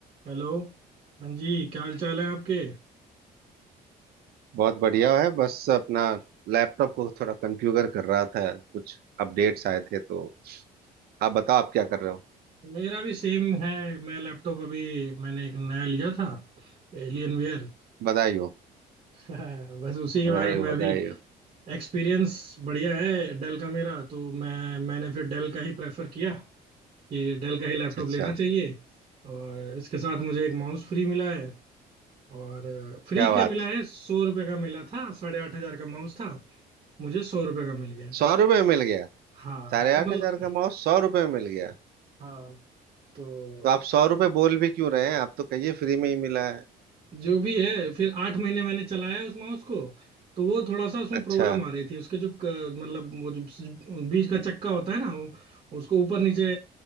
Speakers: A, on the right; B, on the right.
A: हेलो हाँ जी क्या हाल चाल है आपके
B: बहुत बढ़िया है बस अपना लैपटॉप को थोड़ा कॉन्फ़िगर कर रहा था कुछ अपडेट्स आए थे तो आप बताओ आप क्या कर रहे हो
A: मेरा भी सेम है मैं लैपटॉप अभी मैंने एक नया लिया था एलियन वेयर <laughs>
B: बधाई हो
A: बस उसी के
B: बधाई
A: बारे में
B: हो बधाई
A: अभी
B: हो
A: एक्सपीरियंस बढ़िया है डेल का मेरा तो मैं मैंने फिर डेल का ही प्रेफर किया कि डेल का ही लैपटॉप
B: अच्छा अच्छा
A: लेना चाहिए और इसके साथ मुझे एक माउस फ्री मिला है और फ्री
B: क्या
A: क्या
B: बात
A: मिला है सौ रुपये का मिला था साढ़े आठ हजार का माउस था मुझे सौ रुपये का मिल गया
B: सौ रुपये मिल गया
A: हाँ
B: साढ़े
A: तो
B: आठ
A: मतलब
B: हजार का माउस सौ रुपये में मिल गया
A: हाँ तो
B: तो आप सौ रुपये बोल भी क्यों रहे हैं आप तो कहिए फ्री में ही मिला है
A: जो भी है फिर आठ महीने मैंने चलाया उस माउस को तो वो थोड़ा सा उसमें
B: अच्छा
A: प्रॉब्लम आ रही थी उसके जो क- मतलब वो जो स- बीच का चक्का होता है ना वो उसको ऊपर नीचे